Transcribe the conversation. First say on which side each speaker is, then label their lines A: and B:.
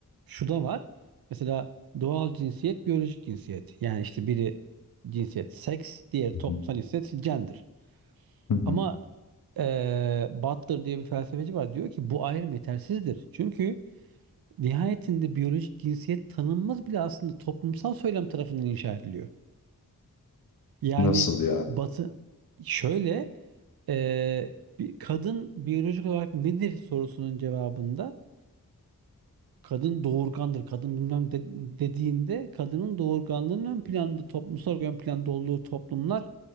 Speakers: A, on the right (about 90°); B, on the left (about 75°).
A: şu da var. Mesela doğal cinsiyet, biyolojik cinsiyet. Yani, işte, biri cinsiyet seks, diğeri
B: Hı
A: toplumsal
B: hı,
A: cinsiyet gender.
B: hı hı.
A: Ama, eee, Butler diye bir felsefeci var. Diyor ki bu ayrım yetersizdir. Çünkü Nihayetinde biyolojik cinsiyet tanınmaz bile aslında toplumsal söylem tarafından inşa ediliyor. Yani
B: Nasıl ya?
A: Batı şöyle, eee, bir kadın biyolojik olarak nedir sorusunun cevabında kadın doğurgandır, kadın bilmem de dediğinde kadının doğurganlığının ön planda, toplumsal olarak ön planda olduğu toplumlar